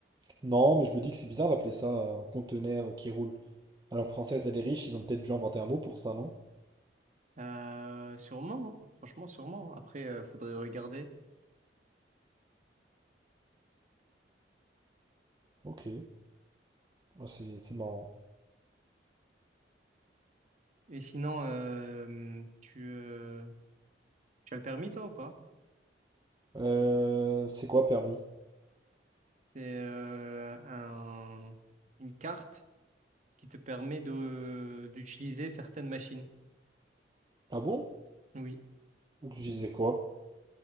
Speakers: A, on the right; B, on the right.
A: Non, mais je me dis que c'est bizarre d'appeler ça euh, un conteneur qui roule. La langue française, elle est riche, ils ont peut-être dû inventer un mot pour ça, non?
B: Euh, sûrement, hein. Franchement, sûrement. Après, euh, faudrait regarder.
A: Ok, Ah, c'est c'est marrant.
B: Et sinon, euh, tu, euh, tu as le permis, toi, ou pas?
A: Euh, c'est quoi permis?
B: C'est euh, un- une carte. qui te permet de d'utiliser certaines machines.
A: Ah bon?
B: Oui,
A: Tu disais quoi?